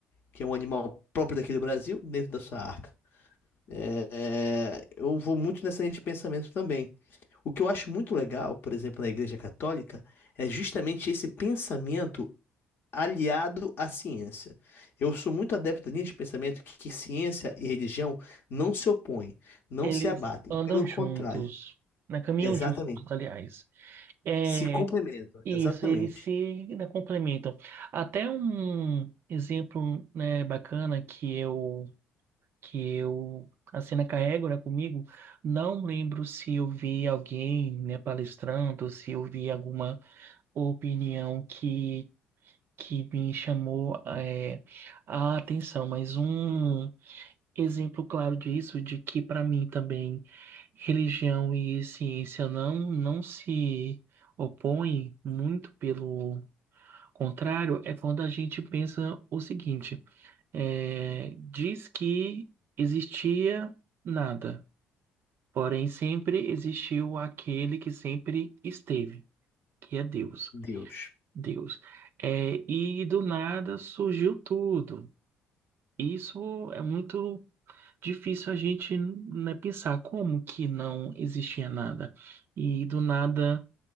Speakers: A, on the left (about 55°); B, on the right (about 60°).
A: que é um animal próprio daqui do Brasil, dentro da sua arca. É, é, eu vou muito nessa linha de pensamento também. O que eu acho muito legal, por exemplo, na Igreja Católica, é justamente esse pensamento aliado à ciência. Eu sou muito adepto da linha de pensamento que, que ciência e religião não se opõem, não
B: eles
A: se abatem.
B: andam
A: Pelo contrário,
B: juntos, né? Caminham
A: exatamente.
B: juntos, aliás. É
A: Se complementam,
B: isso,
A: exatamente.
B: eles se, né, complementam. Até um exemplo, né, bacana que eu que eu a cena carrego, né, comigo, não lembro se eu vi alguém, né, palestrando, se eu vi alguma opinião que que me chamou é, a atenção, mas um Exemplo claro disso, de que para mim também religião e ciência não, não se opõem, muito pelo contrário, é quando a gente pensa o seguinte: é, diz que existia nada, porém sempre existiu aquele que sempre esteve, que é Deus.
A: Deus.
B: Deus. É, e do nada surgiu tudo. Isso é muito difícil a gente, né, pensar como que não existia nada e do nada